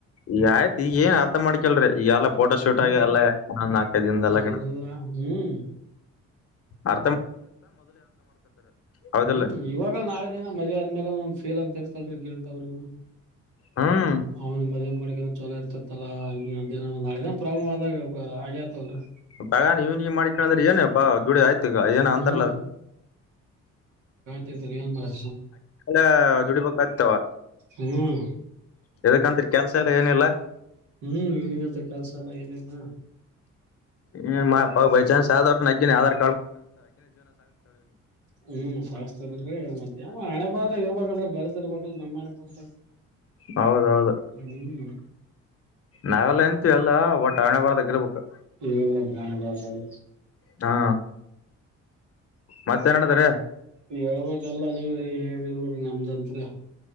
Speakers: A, on the left; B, on the right.
A: ಈಗ ಆಯ್ತು ಈಗ ಏನ್ ಅರ್ಥ ಮಾಡ್ಕಲ್ರಿೀ ಈಲ್ಲ ಫೋಟೋ ಶೂಟ್
B: ಹ್ಮ್
A: ಆಗಿ ಎಲ್ಲೊಂದ ನಾಲ್ಕೈ ದನ್ದಲ್ಲ
B: ಎಲ್ಲಾ ಹ್ಮ್
A: ಆ ಹೌದಿಲ್ಲ
B: ಹ್ಮ್ ಇವಾಗ ನಾಳೆ ದಿನ ಮದ್ವೇ ಆದ್ಮೇಲೆಂದ ಫೀಲ್ ಅಂತ ಇರ್ತಲ್ರಿ ಗಿಲ್ಟ ಅವ್ರಿಗುನು
A: ಹ್ಮ್
B: ಅವನು ಮದ್ವೇ ಮಾಡಕ ಚಲೋ ಇರ್ತತ್ತಲ್ಲಾ ನಾಳೆ ಪ್ರಾಬ್ಲಮ್ ಆದಾಗ ಆಗ್ಯಾತವಲ್ರಿ
A: ಪಗ ನೀವ್ ನೀ್ ಮಾಡಕೊಂಡಂದ್ರೆ ಏನ ಹಾ ದುಡಿ ಆಯತು ಏನ ಆಂತರ್ಲ
B: ಹ್ಮ್ ತಿಗಿ ತ ಹೆಂಗ್ ಮಾರ್
A: ಆ ದುಡಿಬೇಕಾಗತಾವ
B: ಹ್ಮ್
A: ಯದಕತ್ರಿ ಕೆಲ್ಸ ಎಲ್ಲ ಏನಿಲ್ಲ
B: ಹ್ಮ್ ಯನಿವತ್ರ ಕೆಲಸ ಅಲ್ಲ ಏನ್ರ
A: ಹ್ಮ್ಾ ಬೈ ಚಾನ್ಸ್ ಸಾಧಾರಣ ಆಗಧಾರ
B: ಹ್ಮ್ ಸಾಸ್ತದಲ್ರಿ ಮತ್ತೆ ಯಾವ ಹಣೆಬಾರ್ದಾಗ ಇರ್ಬಲ್ರಿ ಬರ್ದ ಇರ್ಬೇಕಲ್ ನಮ್ಮಣ ಬರ್ದ
A: ಹೌದೌದು
B: ಹ್ಮ್
A: ನಾವೆಲ್ಲ ಎಂತೀವಿ ಎಲ್ಲ ಒಟ್ಟಣೆ ಬರದಾಗ ಇರ್ಬೇಕು
B: ಹದು <unintelligible>
A: ಹಾ ಮತ್ತೇನಡದಾರ
B: ಹೇಳ್ಬೇಕಲ್ಲ ನೀವ್ ಏನಲ್ರಿೀ ನಮ್ದಂತ್ರ